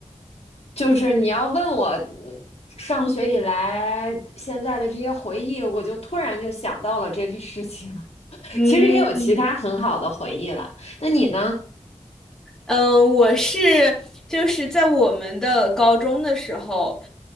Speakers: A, on the left (about 60°); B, in the centre.
A: 就是你要问我嗯上学以来现在的这些回忆，我就突然就想到了这个事情。<laughs>
B: 嗯，
A: 其实也有其他很好的回忆了。那你呢？
B: 嗯，我是就是在我们的高中的时候，